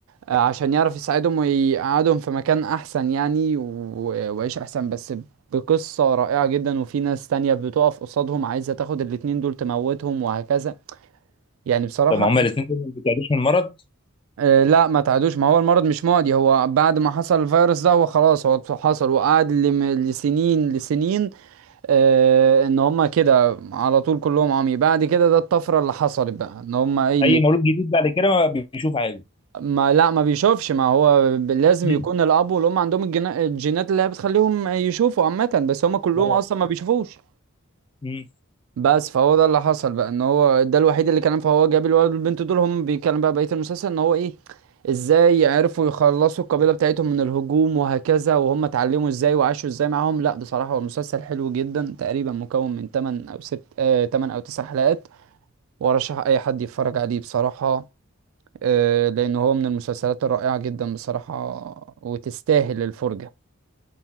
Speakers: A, on the right; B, on the left.
A: آه، عشان يعرف يساعدهم ويقعدهم في مكان احسن يعني و- ويعيش احسن بس بقصة رائعة جدا وفي ناس تانية بتقف قصادهم عايزة تاخد الاتنين دول تموتهم وهكذا يعني بصراحة
B: طب هما الاثنين دول ما بيتعدوش من المرض
A: آه، لا ما تعدوش ما هو المرض مش معدي هو بعد ما حصل الفيروس ده هو خلاص هو حصل وقعد لم- لسنين لسنين آه، ان هما كده على طول كلهم عمي بعد كده ده الطفرة اللي حصلت بقى ان هما ايه اللي
B: أي مولود جديد بعد كده ما بيشوف عادي
A: ما لا ما بيشوفش ما هو ب- لازم
B: مم.
A: يكون الاب والام عندهم الجنا- الجينات اللي هي بتخليهم يشوفوا عامه بس هم كلهم
B: اه
A: اصلا ما بيشوفوش
B: مم.
A: بس فهو ده اللي حصل بقى ان هو ده الوحيد اللي كان فهو جاب الولد والبنت دول هم بيتكلم بقى بقيه المسلسل ان هو ايه ازاي عرفوا يخلصوا القبيله بتاعتهم من الهجوم وهكذا وهم اتعلموا ازاي وعاشوا ازاي معاهم لا بصراحه هو المسلسل حلو جدا تقريبا مكون من 8 او 6 آه 8 او 9 حلقات وارشح اي حد يتفرج عليه بصراحه آه، لأن هو من المسلسلات الرائعة جدا بصراحة وتستاهل الفرجة